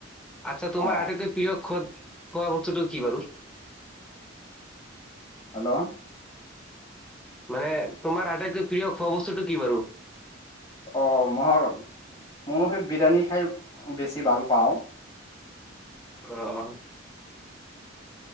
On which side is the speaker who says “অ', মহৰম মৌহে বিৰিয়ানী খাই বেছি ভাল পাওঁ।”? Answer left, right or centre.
Left